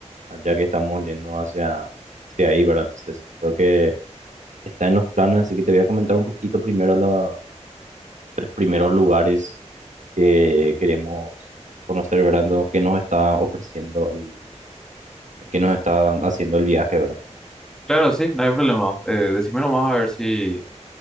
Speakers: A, on the right; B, in the centre.
A: ya que estamos yendo hacia, hacia ahí, ¿verdad? Entonces, creo que está en los planes, así que te voy a comentar un poquito primero los tres primeros lugares que queremos conocer, ¿verdad? Lo que nos está ofreciendo el, que nos está dan- haciendo el viaje, ¿verdad?
B: Claro, sí, no hay problema. Eh, decime nomás a ver si,